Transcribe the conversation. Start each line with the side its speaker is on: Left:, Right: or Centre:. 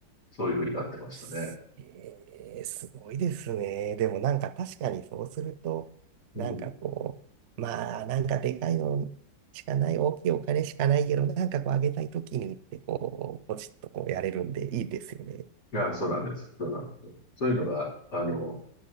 Left: そういうふうになってましたね。
Right: すえーすごいですね。でもなんか確かにそうすると、
Left: うん。
Right: なんかこう、
Left: い
Right: まあなんかでかいのしかない、大きいお金しかないけど、なんかこうあげたいときにってこう、ポチッとこうやれるんでいいですよね。
Left: や、そうなんですよ。そうなんですよ。そういうのが、あの、